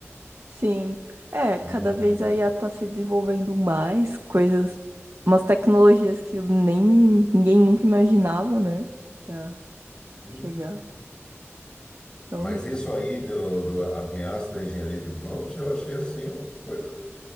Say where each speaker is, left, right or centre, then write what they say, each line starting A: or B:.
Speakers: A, on the right (about 60°); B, on the left (about 15°).
A: sim. É,
B: Não-
A: cada vez a IA tá se desenvolvendo mais coisas, umas tecnologias que nem ninguém nunca imaginava, né? Já
B: não-
A: chegar. Realmente.
B: Mas isso aí do, do ameaço da engenharia de prompt, eu achei assim uma coisa